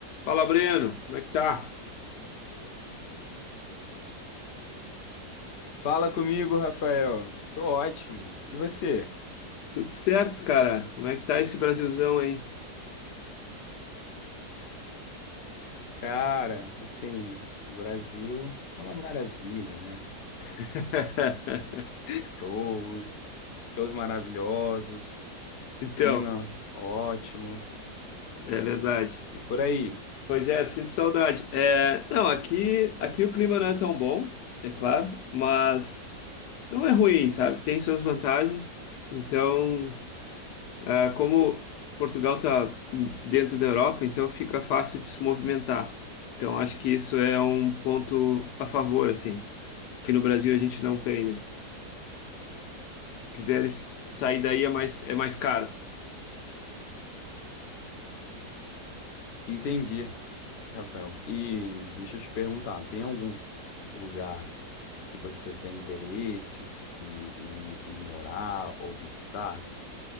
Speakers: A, on the left (about 80°); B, on the left (about 55°).
A: Fala, Breno, como é que tá?
B: Fala comigo, Rafael. Tô ótimo. E você?
A: Tudo certo, cara. Como é que tá esse Brasilzão aí?
B: Cara, assim, o Brasil é uma maravilha, né?
A: <laughs>
B: Shows, shows maravilhosos,
A: Então,
B: clima ótimo.
A: É verdade.
B: E por aí?
A: Pois é, sinto saudade. É, não, aqui, aqui o clima não é tão bom, é claro, mas não é ruim, sabe? Tem suas vantagens. Então, ah, como Portugal tá hum, dentro da Europa, então fica fácil de se movimentar. Então, acho que isso é um ponto a favor, assim, que no Brasil a gente não tem, né? quiseres sair daí é mais, é mais caro.
B: Entendi, Rafael. E deixa eu te perguntar, tem algum lugar que você tem interesse em, em em morar ou visitar?